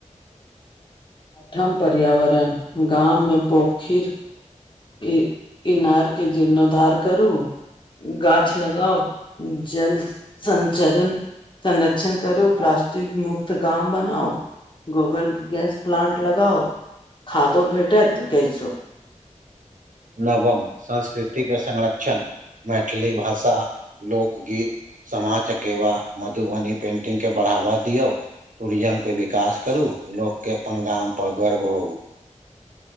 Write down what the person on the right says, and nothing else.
नवम संस्कृति के संरक्षण मैथिली भाषा, लोकगीत सामा चकेवा, मधुबनी पेंटिंग के बढ़ावा दियौ टूरिज्म के विकास करू लोक के अपन गाम पर गर्व होउ।